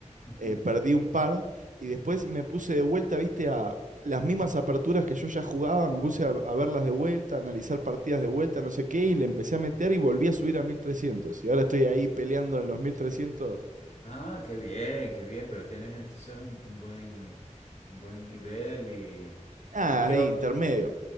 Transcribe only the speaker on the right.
eh, perdí un par, y después me puse de vuelta, viste, a las mismas aperturas que yo ya jugaba, me puse a, a verlas de vuelta, a analizar partidas de vuelta, no sé qué, y le empecé a meter y volví a subir a mil trescientos Y ahora estoy ahí peleando en los mil trescientos
Ah,
ahí,
intermedio.